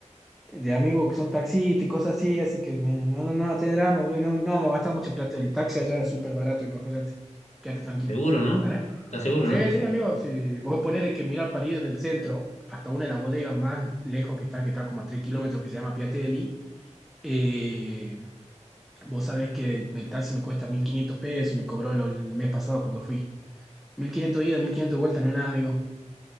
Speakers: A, in the centre; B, on the left (about 70°).
A: de amigos que son taxistas y cosas así, así que me- no, no, no, te drama, boludo, y no, no vamos a gastar mucho plata. El taxi allá es súper barato en Cafayate. Quédate tranquilo,
B: seguro, ¿no?
A: ¿vale?
B: ¿Estás seguro,
A: Sí,
B: no?
A: sí, amigo, sí. Vos ponele que mirar para ir desde el centro hasta una de las bodegas más lejos que está, que está como a 3 kilómetros, que se llama Piatelli. eh, Vos sabés que el taxi me cuesta 1.500 pesos, me cobró lo- el mes pasado cuando fui. mil quinientos ida, 1.500 vuelta, no es nada, amigo.